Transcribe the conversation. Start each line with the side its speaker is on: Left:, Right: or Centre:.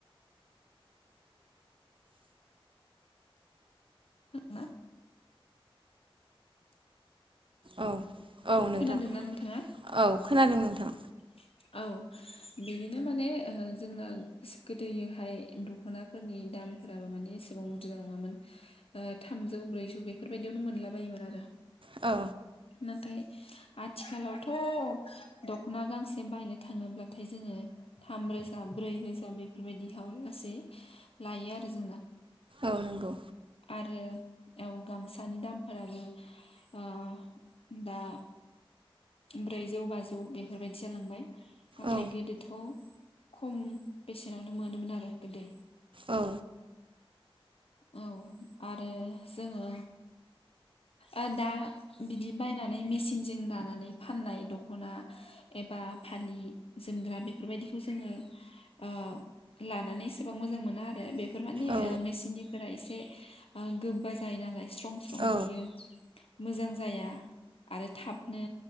Left: <unintelligible> ज <inaudible>
Right: औ औ नोंथां
Left: खोनादोंना नोंथाङा
Right: औ खोनादों नोंथां।
Left: <inaudible> औ बिदिनो माने ओ जोंना गोदोयोहाय दख'ना फोरनि दामफोराबो माने एसेबां बुरजा नङामोन ओ थामजौ ब्रैजौ बेफोरबायदियावनो मोनला बायोमोन आरो।
Right: औ
Left: नाथाय आथिखालावथ' द ख'ना गांसे बायनो थाङोब्लाथाय जोङो थाम रोजा ब्रै रोजा बेफोरबायदिहाव लासै लायो आरो जोंना।
Right: औ नंगौ
Left: आरो औ गामसानि दामफोराबो आ दा ब्रैजौ बाजौ बेफोरबायदि जालांबाय नाथाय
Right: औ
Left: गोदोथ' खम बेसेनावनो मोनोमोन आरो गोदो।
Right: औ।
Left: औ आरो जोङो ओ दा बिदि बायनानै मेसिनजों दानानै फाननाय दख'ना एबा फालि जोमग्रा बेफोरबायदिखौ जोङो ओ लानानै एसेबां मोजां मोना आरो बेफोर माने
Right: औ
Left: मेसिननिफोरा एसे ओ गोबा जायो नालाय स्रं स्रं
Right: औ
Left: नुयो। मोजां जाया आरो थाबनो